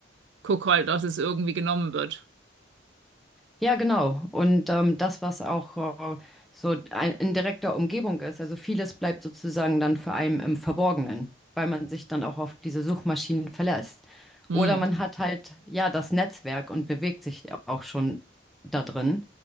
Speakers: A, on the right; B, in the centre.
A: guck halt, dass es irgendwie genommen wird.
B: Ja, genau. Und ähm, das, was auch äh, so ein, in direkter Umgebung ist, also vieles bleibt sozusagen dann für einen im Verborgenen, weil man sich dann auch auf diese Suchmaschinen verlässt.
A: Hm,
B: Oder man hat halt, ja, das Netzwerk und bewegt sich auch schon da drin.